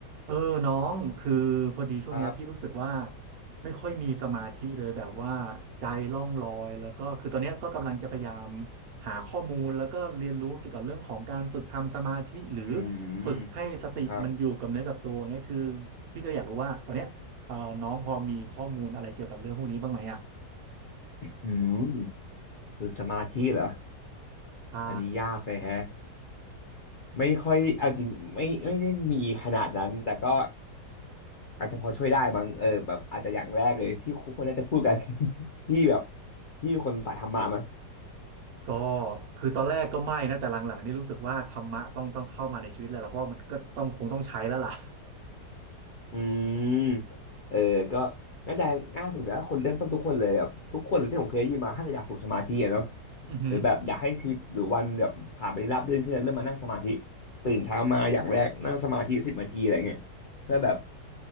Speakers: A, on the right; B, on the left.
A: เออน้องคือพอดีช่วงเนี้ยพี่รู้สึกว่า
B: ครับ
A: ไม่ค่อยมีสมาธิเลยแบบว่าใจล่องลอยแล้วก็คือตอนเนี้ยก็กำลังจะพยายามหาข้อมูลแล้วก็เรียนรู้เกี่ยวกับเรื่องของการฝึกทำสมาธิหรือ
B: อืม
A: ฝึกให้สติมันอยู่กับเนื้อกับตัวเงี้ยคือ
B: ครับ
A: พี่ก็อยากรู้ว่าตอนเนี้ยเออน้องพอมีข้อมูลอะไรเกี่ยวกับเรื่องพวกนี้บ้างไหมอ่ะ
B: อืมฝึกสมาธิเหรอ
A: ใช่
B: อันนี้ยากเลยแฮะ ไม่ค่อย เอาจริงไม่ไม่ได้มีขนาดนั้น แต่ก็อาจจะพอช่วยได้มั้งเออแบบอาจจะอย่างแรกเลยที่คุณควรน่าจะพูดกัน <laughs> ที่แบบพี่เป็นคนสายธรรมะมั้ง
A: ก็คือตอนแรกก็ไม่นะแต่หลังๆนี่รู้สึกว่าธรรมะต้องต้องเข้ามาในชีวิตเลยล่ะเพราะว่ามันก็ต้องคงต้องใช้แล้วล่ะ
B: อืมเออก็น่าจะง่ายสุดแล้วคนเริ่มต้นทุกคนเลยแบบทุกคนที่ผมเคยได้ยินมาถ้าเกิดอยากฝึกสมาธิอะเนาะ
A: <laughs> อือหือ
B: หรือแบบอยากให้ชีวิตหรือวันแบบผ่านไปได้ราบรื่นขึ้นเริ่มมานั่งสมาธิตื่นเช้ามาอย่างแรกนั่งสมาธิสิบนาทีอะไรเงี้ยเพื่อแบบ